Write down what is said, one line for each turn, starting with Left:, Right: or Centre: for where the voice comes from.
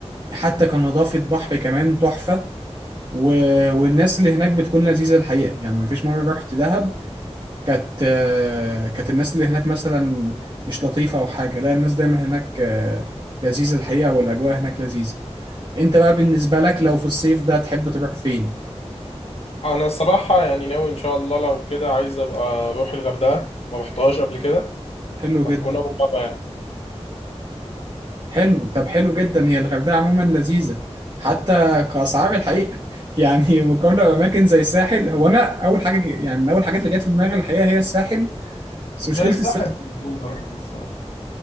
Right: حتى كنظافة بحر كمان تحفة و- والناس اللي هناك بتكون لذيذة الحقيقة يعني مفيش مرة رحت دهب كانت آه، كانت الناس اللي هناك مثلا مش لطيفة أو حاجة لا الناس دايما هناك آه، لذيذة الحقيقة والأجواء هناك لذيذة أنت بقى بالنسبة لك لو في الصيف ده تحب تروح فين؟
Left: أنا الصراحة يعني ناوي إن شاء الله لو كده عايز أبقى أروح الغردقة ما رحتهاش قبل كده
Right: حلو
Left: هتكون
Right: جدا
Left: أول مرة يعني
Right: حلو طب حلو جدا هي الغردقة عموما لذيذة حتى كأسعار الحقيقة <laughs> يعني مقارنة بأماكن زي الساحل هو أنا أول حاجة ج- يعني من أول الحاجات اللي جت في دماغي الحقيقة هي الساحل بس مشكلة
Left: لا الساحل
Right: الساحل
Left: الأولى يعني الصراحة